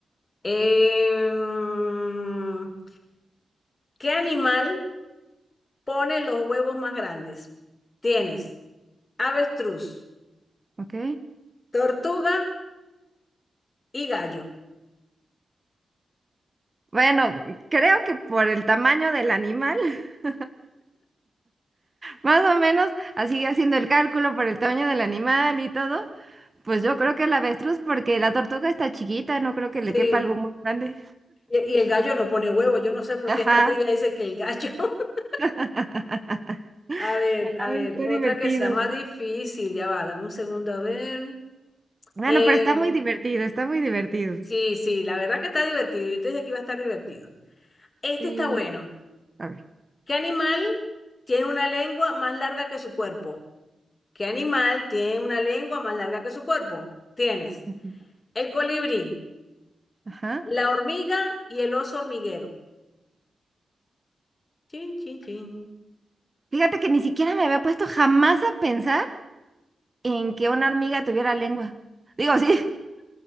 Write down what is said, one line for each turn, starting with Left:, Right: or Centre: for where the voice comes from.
Left: Em, ¿qué animal pone los huevos más grandes? Tienes avestruz,
Right: Ok.
Left: tortuga y gallo.
Right: Bueno, creo que por el tamaño del animal, <laughs> más o menos, así haciendo el cálculo por el tamaño del animal y todo, pues yo creo que el avestruz, porque la tortuga está chiquita, no creo que le
Left: Sí.
Right: quepa algo muy grande.
Left: Y, y el gallo no pone huevo. Yo no sé por
Right: Ajá.
Left: qué esta trivia dice que el gallo. <laughs>
Right: <laughs>
Left: A ver, a
Right: Ay,
Left: ver,
Right: está
Left: otra
Right: divertido.
Left: que sea más difícil, ya va, dame un segundo, a ver.
Right: Bueno,
Left: Em,
Right: pero está muy divertido, está muy divertido.
Left: Sí, sí, la verdad que está divertido. Yo te dije que iba a estar divertido. Este
Right: Sí.
Left: está bueno.
Right: A ver.
Left: ¿Qué animal tiene una lengua más larga que su cuerpo? ¿Qué animal tiene una lengua más larga que su cuerpo? Tienes
Right: Ujú.
Left: el colibrí,
Right: Ajá.
Left: la hormiga y el oso hormiguero. Chin, chin, chin.
Right: Fíjate que ni siquiera me había puesto jamás a pensar en que una hormiga tuviera lengua. Digo, sí,